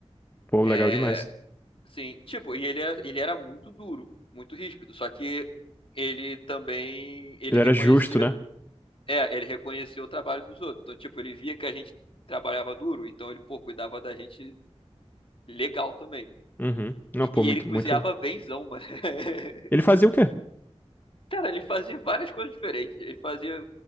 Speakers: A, on the left; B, on the left.
A: pô,
B: É,
A: legal demais.
B: sim, tipo, e ele era, ele era muito duro, muito ríspido, só que ele também, ele
A: Ele
B: reconhecia,
A: era justo, né?
B: é, ele reconhecia o trabalho dos outros. Então, tipo, ele via que a gente trabalhava duro, então ele, pô, cuidava da gente legal também.
A: Uhum. Não,
B: E,
A: pô,
B: e
A: muito,
B: ele cozinhava
A: muito.
B: benzão, mano. <laughs>
A: Ele fazia o quê?
B: Cara, ele fazia várias coisas diferentes. Ele fazia